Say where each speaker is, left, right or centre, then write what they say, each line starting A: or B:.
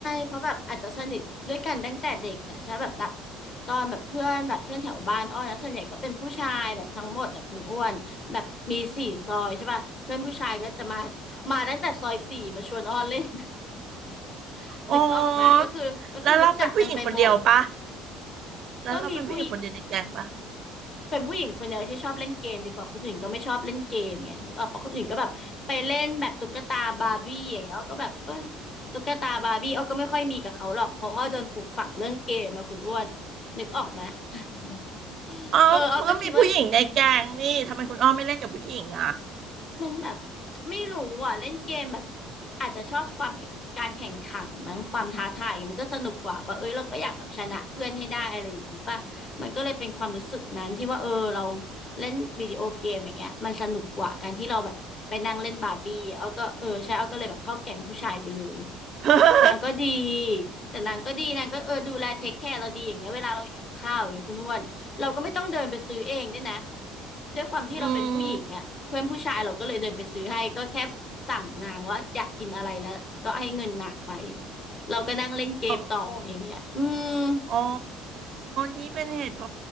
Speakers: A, on the left (about 30°); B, on the right (about 40°).
A: เพราะแบบอาจจะสนิทด้วยกันตั้งแต่เด็กแหละถ้าแบบนับตอนแบบเพื่อนแบบเพื่อนแถวบ้านอ้อนะส่วนใหญ่ก็เป็นผู้ชายแบบทั้งหมดอะคุณอ้วนแบบมีสี่ซอยใช่ป่ะเพื่อนผู้ชายก็จะมามาตั้งแต่ซอยสี่มาชวนอ้อเล่น <laughs>
B: อ๋อ
A: นึกออกมาก็คือก็คือรู้จักกันไปหมด
B: แล้วเราเป็นผู้หญิงคนเดียวปะแล้วเราเป็นผู้หญิงคนเดียวในแก๊งปะ
A: ก็มีผู้ เป็นผู้หญิงคนเดียวที่ชอบเล่นเกมดีกว่าคนอื่นก็ไม่ชอบเล่นเกมไงนึกออกปะคนอื่นก็แบบไปเล่นแบบตุ๊กตาบาร์บี้อย่างเงี้ยอ้อก็แบบเอ้ยตุ๊กตาบาร์บี้อ้อก็ไม่ค่อยมีกับเขาหรอกเพราะอ้อโดนปลูกฝังเรื่องเกมมาคุณอ้วนนึกออกไหม <laughs>
B: อ๋อเขาก็มีผู้หญิงในแก๊งนี่ทำไมคุณอ้อมไม่เล่นกับผู้หญิงอ่ะ
A: เอออ้อก็คิดว่า มันแบบไม่รู้อ่ะเล่นเกมแบบอาจจะชอบความการแข่งขันมั้งความท้าทายมันก็สนุกกว่าป่ะเอ้ยเราก็อยากแบบชนะเพื่อนให้ได้อะไรอย่างนี้ป่ะมันก็เลยเป็นความรู้สึกนั้นที่ว่าเออเราเล่นวิดีโอเกมอย่างเงี้ยมันสนุกกว่าการที่เราแบบไปนั่งเล่นบาร์บี้อ้อก็เออใช่อ้อก็เลยแบบเข้าแก๊งผู้ชายไปเลย
B: <laughs>
A: นางก็ดี แต่นางก็ดี นางก็เออดูแลเทคแคร์เราดีอย่างเงี้ยเวลาเราหิวข้าวอย่างเงี้ยคุณอ้วนเราก็ไม่ต้องเดินไปซื้อเองด้วยนะด้วยความที่เราเป็นผู้หญิงอ่ะเพื่อนผู้ชายเราก็เลยเดินไปซื้อให้
B: อืม
A: ก็แค่สั่งนางว่าอยากกินอะไรแล้ว ก็ให้เงินนางไป เราก็นั่งเล่นเกมต่ออย่างเงี้ยอืม
B: อ๋ออ๋อนี่เป็นเหตุผ